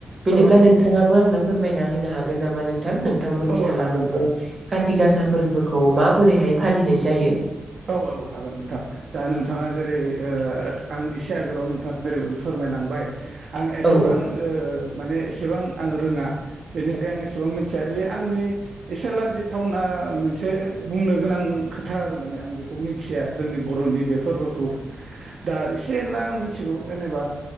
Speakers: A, on the right; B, on the right.
A: बिदिब्ला
B: औ औ
A: नोंथाङाबो
B: नोंथां
A: आंनो फोरमायना होनो हागोन नामा नोंथां नोंथांमोननि
B: औ
A: हालामावबो
B: हागोन हागोन
A: काथिि गासा फोरबोखौ माबोरैहाय फालिनाय जायो
B: औ औ हागोन नोंथां दा नोंथाङा जेरै ओ आं इसे आगोलाव नोंथाङा जओेरैबायदि फोरमायलांबाय आं एसेबां
A: औ
B: माने एसेबां आं रोङा बेनि थाखाय आं एसेबां मिथिया बे आंनि एसे लाजिथावना मोनसे बुंनो गोनां खोथा आरो माने आं बेखौ मिथिया जोंनि बर'नि बे फोरबोखौ दा एसे होनला आं मिथिगौ जेनेबा